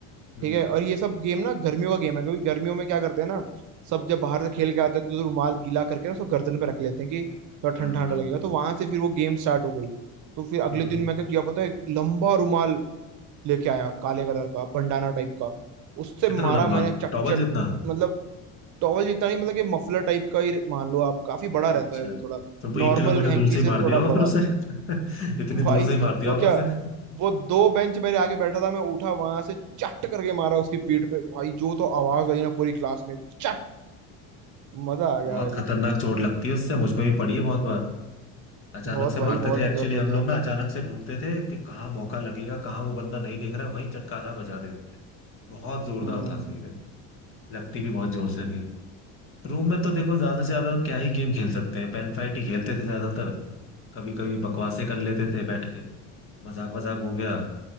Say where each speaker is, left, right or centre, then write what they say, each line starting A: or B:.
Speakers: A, on the left; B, on the right.
A: हम्म
B: ठीक है और ये सब गेम ना गर्मियों का गेम है क्योंकि गर्मियों में क्या करते हैं ना सब जब बाहर से खेल के आते हैं तो रुमाल गीला करके ना उसको गर्दन पे रख लेते हैं कि थोड़ा
A: हाँ
B: ठंडा
A: हाँ
B: ठंडा लगेगा तो वहां से फिर वो गेम स्टार्ट हो गई तो फिर अगले
A: हाँ
B: दिन
A: हाँ।
B: मैं क्या किया पता है एक लंबा रुमाल लेके आया काले कलर का भंडाना टाइप का उससे
A: कितना
B: मारा
A: लंबा
B: मैंने चट
A: टॉवल
B: चट
A: जितना
B: मतलब टॉवल जितना नहीं मतलब कि मफलर टाइप का ही मान लो आप काफी बड़ा रहता
A: अच्छा
B: है वो थोड़ा
A: तो वो
B: नॉर्मल
A: एक किलोमीटर
B: हैंकी
A: दूर से ही
B: से
A: मार
B: थोड़ा
A: दिया होगा
B: बड़ा
A: फिर उसे <laughs> इतनी
B: <laughs> भाई
A: दूर से ही मार दिया
B: तो
A: होगा
B: क्या
A: उसे <laughs>
B: वो दो बेंच मेरे आगे बैठा था मैं उठा वहां से
A: हम्म।
B: चट करके मारा उसकी पीठ पे भाई जो तो आवाज आई ना पूरी क्लास में चट मजा आ गया
A: बहुत
B: भाई
A: खतरनाक चोट लगती है उससे मुझ में भी पड़ी है बहुत बार अचानक
B: बहुत
A: से
B: भाई
A: मारते
B: बहुत
A: थे एक्चुअली
B: दर्द होता
A: हम लोग
B: है
A: ना अचानक से ढूंढते थे कि कहाँ मौका लगेगा कहाँ वो बंदा नहीं देख रहा वहीं चटकारा बजा देते थे बहुत जोरदार
B: हम्म
A: था सही में लगती भी बहुत जोर से थी रूम में तो देखो ज्यादा से ज्यादा क्या ही गेम खेल सकते हैं पेन फाइट ही खेलते थे ज्यादातर कभी कभी बकवासें कर लेते थे बैठ के मजाक वजाक हो गया